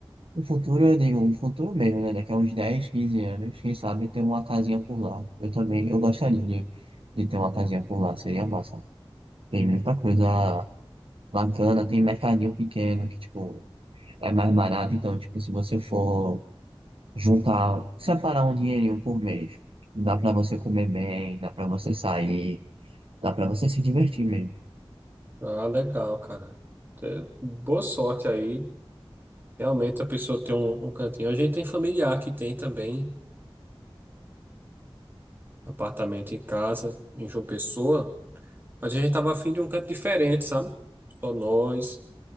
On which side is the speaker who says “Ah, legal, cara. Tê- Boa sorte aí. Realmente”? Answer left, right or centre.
Right